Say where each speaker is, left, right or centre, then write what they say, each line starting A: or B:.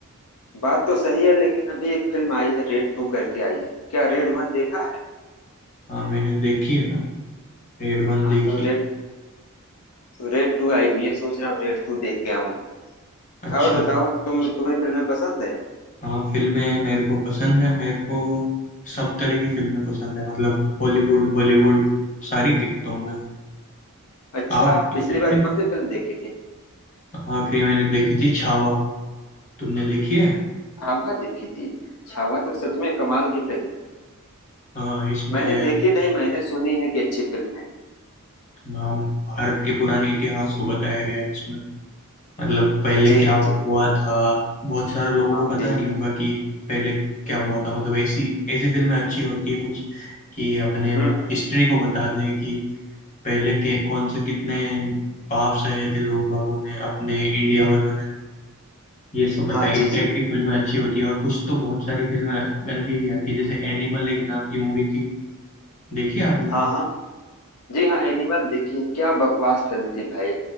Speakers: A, on the left; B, on the left.
A: बात तो सही है लेकिन अभी एक फिल्म आई है रेड टू करके आई है क्या रेड वन देखा है
B: हाँ मैंने देखी है ना रेड वन
A: हाँ
B: देखी
A: तो
B: है।
A: रेड रेड टू आई हुई है सोच रहा हूँ रेड टू देख के आऊं
B: अच्छा
A: और बताओ तुम तुम्हें फिल्में पसंद है
B: हाँ फिल्में मेरे को पसंद है मेरे को सब तरह की फिल्में पसंद है मतलब बॉलीवुड हॉलीवुड सारी देखता हूँ मैं
A: अच्छा
B: आप तुम
A: पिछली
B: देखते
A: बार
B: हो?
A: कौन सी फिल्म देखी थी
B: हाँ फिर मैंने देखी थी छावा तुमने देखी है
A: छावा देखी थी छावा तो सच में कमाल की फिल्म है
B: हाँ इसमें
A: मैंने देखी नहीं मैंने सुनी है कि अच्छी फिल्म है
B: हाँ भारत के पुराने इतिहास को बताया गया है इसमें मतलब पहले
A: जी
B: क्या
A: हाँ जी
B: हुआ था बहुत सारे लोगों
A: हाँ
B: को पता
A: जी जी
B: नहीं होगा कि पहले क्या हुआ था मतलब ऐसी ऐसी फिल्में अच्छी होती है कुछ कि अपने
A: हम्म हम्म,
B: हिस्ट्री को बता दें कि पहले के कौन से कितने पाप सहे थे लोग बागों ने अपने इंडिया वालों ने ये सब बताया
A: हाँ
B: इस
A: जी जी
B: टाइप की फिल्में अच्छी होती है और कुछ तो बहुत सारी फिल्में गंदी भी आती है जैसे एनिमल एक नाम की मूवी थी देखी आपने
A: हाँ हाँ जी हाँ एनिमल देखिए क्या बकवास फिल्म थी भाई